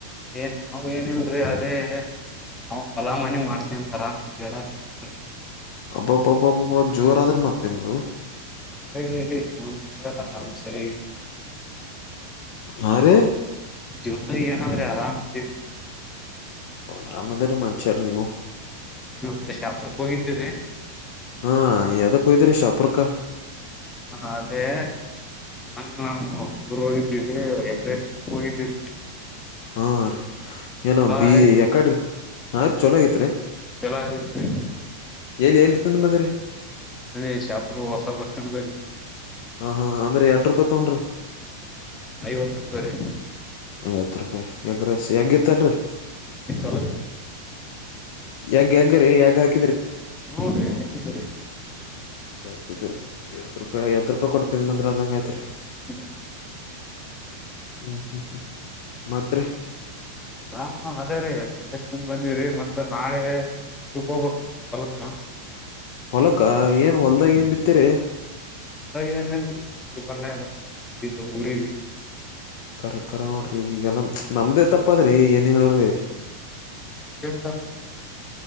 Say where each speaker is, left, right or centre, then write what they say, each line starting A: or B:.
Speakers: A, on the left (about 15°); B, on the left (about 50°).
A: ಏ ನಾವ ಏನಲ್ರಿ ಅದೇ. ನಾವವು ಅಲಾಮನಿ ಮಾಡ್ಕ ಅಂತ ಆರಾಮ್ ತಿರ್ಗಡ ಅತ್ತೇ ನೋಡ್ರಿ.
B: ಹಬ್ಬಬ್ಬಬ್ಬಬ್ಬಬ್ಬ ಜೋರ ಆದ್ರೆ ಮತ್ ನಿಮ್ದು.
A: ಹ ಜೋನ್ಾಗ ಅಾಮ ಸರಿ.
B: ಹಾ ರೀ.
A: ಜೂನ್ಾನ ಅವರ ಅರಾಮ ಮ.
B: ಅರಾಮದರ ಮನುಷಾರ ನೀವು.
A: ನೀವತ್ತ ಶಾಪುರಕ್ಕೆ ಹೋಗಿದ್ದೀ್ರರಿ.
B: ಹಾ ಎದಕ್ ಹೋಯ್ದ್ರಿ ಶಾಪುರ್ಕ
A: ಹ ಅದೇ. ನಾ ನಮ್ಮ ಇರು ಹೋಗಿದ್ದೀವಿ ಎಂಗಷ್ಟ ದಿನಕ್ಕೆ ಹೋಗಿದ್ದೀ್ರ.
B: ಹಾ ರರಿ ಏನೋ ಬಿ
A: ಆಯ್ತ್
B: ಯಕಾಡೆ ಹ ರೀ ಚೊಲಾಗಿ.
A: ಚಲೋ ಆಯ್ತ್ರಿ
B: ಎಲ್ಲಿ ಎಲ್ಲಿ ನಿದರ.
A: ಅಲ್ಲ ಶಾಪು ಹೊಸ ಬರ್ ಬಿ.
B: ಹ ಹಾ ಅಂದ್ರೆ ಎಟ ರೂಪಾಯಿ ತಗೊಂಡ್ರಿ.
A: ಐವತ್ ರೂಪಾಯಿ ರೀ.
B: ವತ್ತು ರೂಪಾಯಿ ಯಕ್ರಸ್ ಯಗಿತ್ತಲ್ರರಿ.
A: ಚಲೋ.
B: ಯಂಗ್ಯಾಂಗ ರೀ ಯ ಹಾಕ.
A: ನೋಡ್ರಿ ಆಾಕಿದ್ದ್ರೀ.
B: ಹಾಕಿದ್ರರಿ ಐವತ್ತು ರೂಪಾಯಿ ಐವತ್ತು ರೂಪಾಯಿ ಕೊಡ್ತ ನಿ ಬಂದ್ರೆ ಅಂದಂಗ ಯತ್ರಿ.
A: ಹೌದ.
B: ಹ್ಮ್ ಹ್ಮ್ ಹ್ಮ್ ಮಾತ್ರ.
A: ಆರಾಮ ಅದೇ ರೀ ಎದ ಎಷ್ಟಿಂದ ಬಂದಿವ್ರರಿ ಮತ್ತ ನಾಳೆ. ಇದಕ್ ಹೋಗಬ್ರೀ ಹೊಲ್ಕ್.
B: ಹೊಲಕ ಏನ್ ಹೊಲ್ದಾಗ ಎನ್ ಬಿಿತ್ತಿರ.
A: ಒಂದ ಏನಲ್ರಿ ಮಳಿ ಬರ್ಲಾ ಇದದಾಗಜ ಊರಿ.
B: ಕಖರೆ ಕರ ನೋಡ್ರಿ ಈಗೆಲ್ಲ ನಮ್ದೇ ತಪ್ಪದ್ರಿ ಏನ ಹೇಳ್ರಿ.
A: ನಮ್ಡೆನ್ ತಪ್ಪದ್ರಿ. <unintelligible>